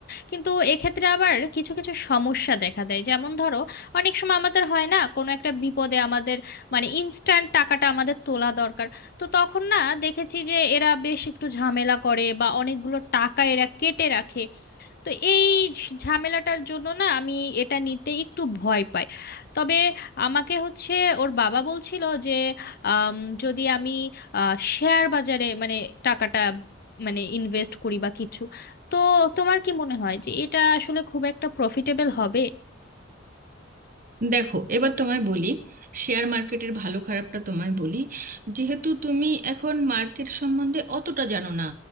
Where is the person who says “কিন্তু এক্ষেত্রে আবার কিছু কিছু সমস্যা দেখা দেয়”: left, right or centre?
Left